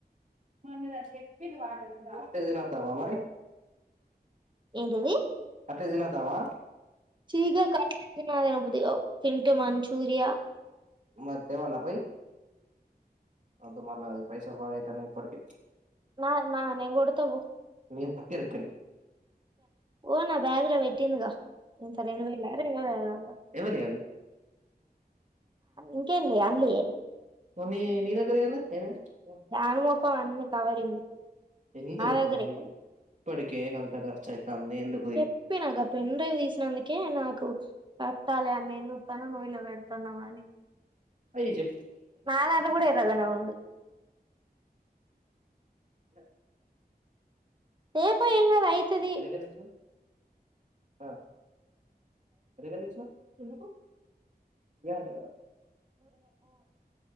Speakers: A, on the right (about 50°); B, on the right (about 30°).
A: మన్నద చెప్పిరు వాటర్ రా దినతవా మరి
B: ఏంటది
A: అట్లా జినదావా
B: చీగా క అద పుదిగావు థింటే మంచూరియా
A: మరి తెవానా పోయి అద్ మరలాది పైసా బా తనే ఇప్పటిక
B: నా నా నేను కొడతావు
A: నీ దగ్గర ఎక్కడియి
B: ఓ నా బ్యాగ్ లో పెట్టిందిగా ఇంత రెండు వేల రెండు వేల ఐద వంద
A: ఎవలియి అవి
B: ఇంకే అమ్లి
A: మనీ నీరాగరి అనా హవ
B: దనుమఖం అన్నీ కవరింది
A: ఎందుకు
B: నా దగ్గర ఎక్కడ
A: ఇప్పటికే గంత ఖర్చు అయితాంది ఎందుకు
B: చెప్పి నాక పెన్ డ్రైవ్ తీసినందుకే నాకు ట్టాాలి అన్న ఉతాన నోయలో వెడతానవాని
A: అయి చె
B: నాలాంలో కూడా ఇవదనా ఉంది
A: బ
B: పు ఏ అయితుదిఓ
A: ఎలకెళ్ళి ఇచ్చినవ్ ఆ ఎలకెళ్ళి ఇచ్చినవ్ ఎందుకు ఇదే అంట కదా